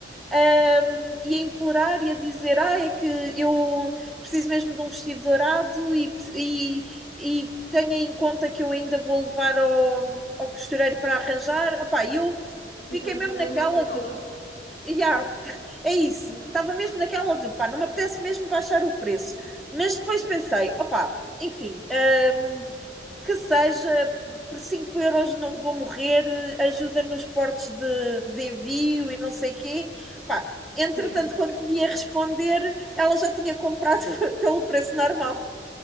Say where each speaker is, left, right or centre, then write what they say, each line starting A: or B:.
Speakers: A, in the centre; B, on the left.
A: um, e a implorar e a dizer: Ah, é que eu preciso mesmo de um vestido dourado e, e, e tenha em conta que eu ainda vou levar ao, ao costureiro para arranjar. Opá, eu fiquei
B: Isto é um
A: mesmo
B: problema
A: naquela
B: dela.
A: do. Yeah, é isso, estava mesmo naquela do pá, não me apetece mesmo baixar o preço. Mas depois pensei, opá, enfim, hum, que seja, por 5 euros não vou morrer, ajuda nos portos de, de envio e não sei quê. Pá, entretanto,
B: Yeah.
A: quando ia responder, ela já tinha comprado <laughs> pelo preço normal.